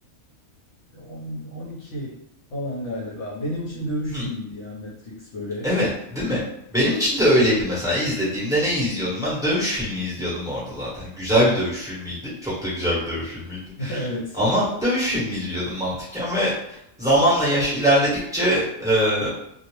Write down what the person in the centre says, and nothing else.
Hı.
Evet, değil mi? Benim için de öyleydi
mesela. İzlediğimde ne izliyordum
ben? Dövüş filmi izliyordum orada zaten. Güzel bir dövüş filmiydi. Çok da güzel bir dövüş filmiydi.
Ama dövüş filmi izliyordum mantıken ve zamanla yaş ilerledikçe eee,